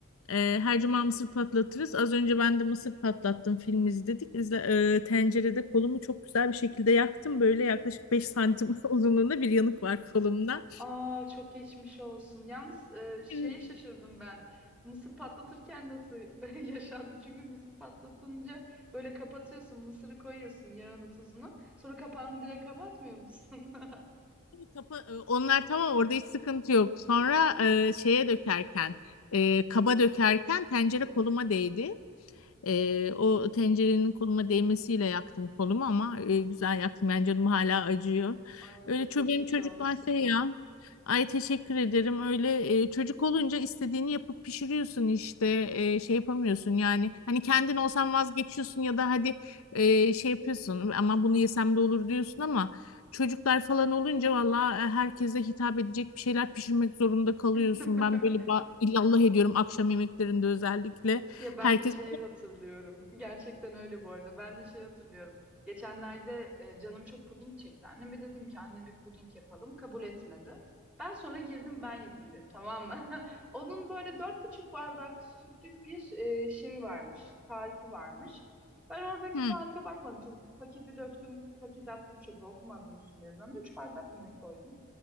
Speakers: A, on the left; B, in the centre.
A: E, her cuma mısır patlatırız. Az önce ben de mısır patlattım film izledik. İzle, e, tencerede kolumu çok güzel bir şekilde yaktım. Böyle yaklaşık 5 santim <laughs> uzunluğunda bir yanık var kolumda.
B: Aa çok geçmiş olsun. Yalnız e, şeye
A: E,
B: şaşırdım ben. Mısır patlatırken nasıl <laughs> yaşandı? Çünkü mısır patlatınca böyle kapatıyorsun, mısırı koyuyorsun, yağını, tuzunu. Sonra kapağını direkt kapatmıyor musun? <laughs>
A: Kapa, e, onlar tamam orada hiç sıkıntı yok. Sonra e, şeye dökerken, e, kaba dökerken tencere koluma değdi. E, o tencerenin koluma değmesiyle yaktım kolumu ama e, güzel yaktım. Yani canım hala acıyor.
B: Ay
A: Öyle
B: çok
A: ço-
B: geçmiş
A: benim çocuklar
B: olsun.
A: şey ya. Ay teşekkür ederim. Öyle e, çocuk olunca istediğini yapıp pişiriyorsun işte. E, şey yapamıyorsun yani. Hani kendin olsan vazgeçiyorsun ya da hadi e, şey yapıyorsun ama bunu yesem de olur diyorsun ama çocuklar falan olunca valla e, herkese hitap edecek bir şeyler pişirmek zorunda kalıyorsun.
B: <laughs>
A: Ben böyle ba- illallah ediyorum akşam yemeklerinde özellikle.
B: Ya ben
A: Herkes
B: de şeyi hatırlıyorum. Gerçekten öyle bu arada. Ben de şeyi hatırlıyorum. Geçenlerde e, canım çok puding çekti. Anneme dedim ki anne bir puding yapalım. Kabul etmedi. Ben sonra girdim ben yapayım dedim tamam mı? <laughs> Onun böyle dört buçuk bardak sütlük bir e, şeyi varmış. Tarifi varmış. Ben oradaki
A: Hı,
B: tarife bakmadım. Tabii Paketi döktüm, paketi attım çöpe okumadım üstünde yazan. Üç bardak mı ne koydum?